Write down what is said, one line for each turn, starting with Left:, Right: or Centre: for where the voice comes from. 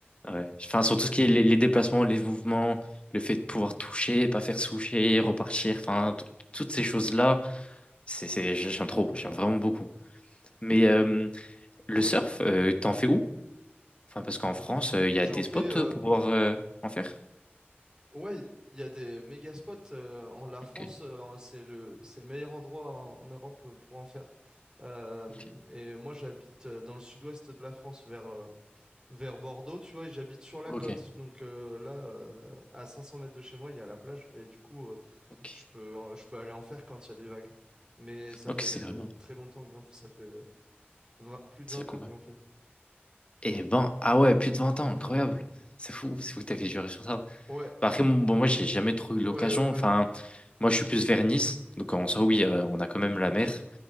Left: ouais. Enfin, sur tout ce qui est les, les déplacements, les mouvements, le fait de pouvoir toucher, pas faire toucher, repartir, enfin, tout- toutes ces choses-là, c'est, c'est, j'aime trop, j'aime vraiment beaucoup. Mais euh, le
Right: Ouais,
Left: surf,
Right: m-
Left: euh, t'en fais où? Enfin, parce qu'en France, euh, il y
Right: j'en
Left: a des
Right: fais.
Left: spots pour
Right: euh,
Left: pouvoir euh, en faire.
Right: Ouais, il y a des méga spots euh, en la
Left: Ok,
Right: France, euh, c'est le c'est le meilleur endroit en Europe euh, pour en faire. Euh,
Left: ok,
Right: et moi j'habite euh, dans le sud-ouest de la France vers euh, vers Bordeaux, tu vois, et j'habite sur la
Left: ok,
Right: côte. Donc euh, là euh, à 500 mètres de chez moi, il y a la plage et du coup euh,
Left: ok,
Right: je peux en- je peux aller en faire quand il y a des vagues. Mais ça
Left: Ok,
Right: fait
Left: c'est
Right: euh,
Left: grave.
Right: très longtemps que j'en fais, ça fait 20 plus de
Left: Ça
Right: 20
Left: fait combien?
Right: ans que j'en fais.
Left: Et ben, ah ouais, plus de 20 ans,
Right: Euh,
Left: incroyable. C'est fou, c'est fou que t'avais juré sur ça.
Right: Ouais,
Left: Bah après, bon, bon, moi, j'ai jamais trop
Right: ouais,
Left: eu l'occasion.
Right: ouais.
Left: Enfin,
Right: ouais.
Left: moi, je suis plus vers Nice. Donc, en soi, oui, euh, on a quand même la
Right: OK,
Left: mer.